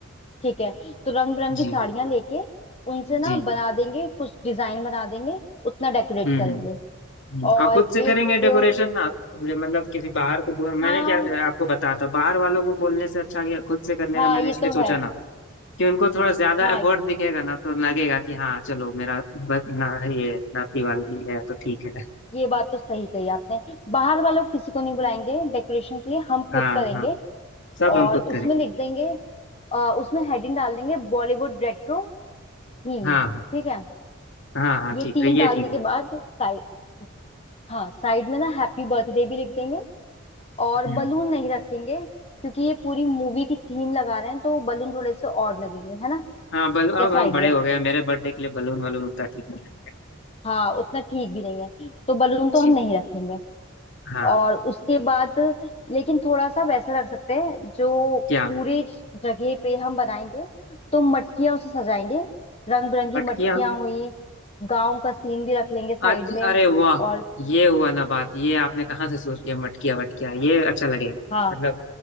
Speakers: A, on the left (about 30°); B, on the left (about 65°).
A: ठीक है तो रंग बिरंगी
B: जी
A: साड़ियां लेके उनसे ना
B: जी
A: बना देंगे कुछ डिजाइन बना देंगे उतना डेकोरेट
B: हम्म
A: करेंगे
B: हम्म हम्म।
A: और
B: और खुद से
A: एक
B: करेंगे डेकोरेशन ना ये मतलब किसी बाहर को बोल
A: हाँ
B: मैंने क्या आपको बताया था बाहर वालों को बोलने से अच्छा कि खुद से करने
A: हाँ
B: का मैंने
A: ये
B: इसलिए
A: तो
B: सोचा
A: है
B: ना कि उनको थोड़ा ज्यादा
A: हाँ
B: एफर्ट दिखेगा ना तो लगेगा कि हाँ चलो मेरा ब- ना ये नाती वाली है तो ठीक है
A: ये बात तो सही कही आपने बाहर वालों को किसी को नहीं बुलाएंगे डेकोरेशन के लिए हम खुद
B: हाँ
A: करेंगे
B: हाँ सब
A: और
B: हम खुद करेंगे
A: उसमें लिख देंगे अ, उसमें हेडिंग डाल देंगे बॉलीवुड रेट्रो थीम
B: हाँ
A: ठीक है
B: हाँ हाँ
A: ये
B: ठीक
A: थीम
B: है ये
A: डालने
B: ठीक
A: के
B: रहेगा
A: बाद साइड हाँ साइड में ना हैप्पी बर्थडे भी लिख देंगे और
B: हम्म,
A: बलून नहीं रखेंगे क्योंकि ये पूरी मूवी की थीम लगा रहे हैं तो बलून थोड़े से और लगेंगे है ना
B: हाँ बल
A: कैसा
B: अब हम
A: आइडिया
B: बड़े
A: है
B: हो गए हैं, मेरे बर्थडे के लिए बलून वलून उतना ठीक नहीं है
A: हाँ उतना ठीक भी नहीं है तो बलून तो
B: जी
A: हम नहीं रखेंगे
B: हाँ
A: और उसके बाद लेकिन थोड़ा सा वैसा रख सकते हैं जो
B: क्या
A: पूरे जगह पे हम बनाएंगे तो मटकियां उसे सजाएंगे रंग बिरंगी
B: मटकियाँ
A: मटकियां हुई गांव का सीन भी रख लेंगे साइड
B: आज
A: में
B: अरे वाह
A: और
B: ये हुआ ना बात ये आपने कहाँ से सोच लिया मटकिया वटकिया ये अच्छा लगेगा
A: हाँ
B: मतलब